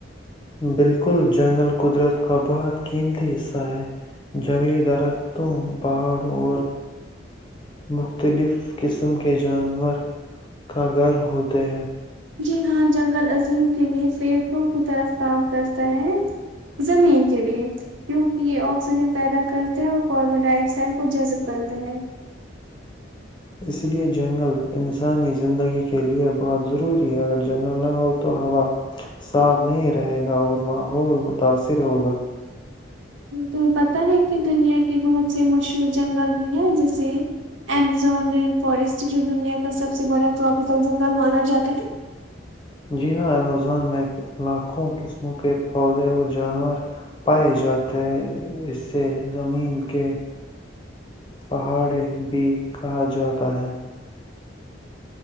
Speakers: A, on the left; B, on the right.
A: بالکل جنگل قدرت کا بہت قیمتی حصہ ہے جنگلی درختوں پہاڑوں اور مختلف قسم کے جانور کا گھر ہوتے ہیں
B: جی ہاں جنگل عظیم کے لیے سوں کی طرف کام کرتا ہے زمین کے لیے کیونکہ یہ آکسیجن پیدا کرتے ہیں اور کاربن ڈائی آکسائڈ کو جزب کرتے ہیں
A: اس لے جنگل انسانی زندگی کےلئے بہت ضروری ہے اگر جنگل نہ ہو تو ہوا صاف نہیں رہے گا اور ماحول متاثر ہوگا
B: تو پتتا ہے کہ دنیا کے بہت سے مشہور جنگل بھی ہیں جیسے ایمزون رین فارسٹ جو دنیا کا سب سے بڑا ٹراپیکل جنگل مانا جاتا ہے
A: جی ہاں امیزون میں لاکھوں قسموں کے پودے اور جانور پائے جاتے ہیں اس سے زمین کے پہاڑے بھی کہا جاتا ہے